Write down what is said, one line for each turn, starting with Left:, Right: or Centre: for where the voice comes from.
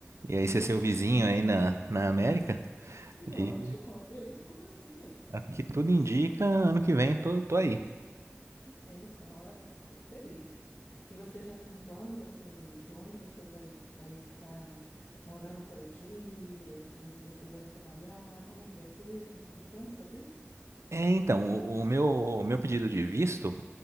Right: ir aí ser seu vizinho aí na, na América.
Left: que
Right: E
Left: ótimo, feliz por você.
Right: aqui tudo indica, ano que vem tô, tô aí.
Left: Que bênção, ó, fico feliz. E você já tem planos assim de onde você vai, vai estar morando por aqui, assim, se você vai trabalhar, como é que vai ser? Você já tem planos sobre isso?
Right: É, então, o, o meu, o meu pedido de visto,